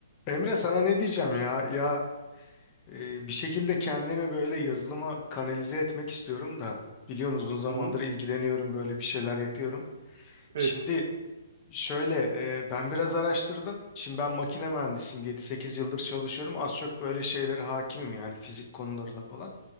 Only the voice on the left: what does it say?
Emre sana ne diyeceğim ya? Ya e, bir şekilde kendimi böyle yazılıma kanalize etmek istiyorum da biliyorsun uzun zamandır
ilgileniyorum böyle bir şeyler yapıyorum.
Şimdi şöyle e, ben biraz araştırdım. Şimdi ben makine mühendisiyim yedi sekiz yıldır çalışıyorum. Az çok böyle şeylere hakimim yani fizik konularına falan.